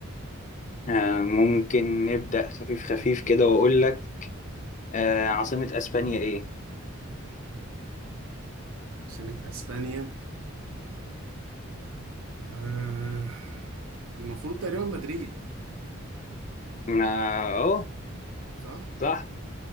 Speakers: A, on the left; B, on the right.
A: آه ممكن نبدأ خفيف خفيف كده وأقول لك آه عاصمة أسبانيا إيه؟
B: سنة اسبانيا آه، المفروض تقريبا مدريد
A: آه أهو
B: صح؟
A: صح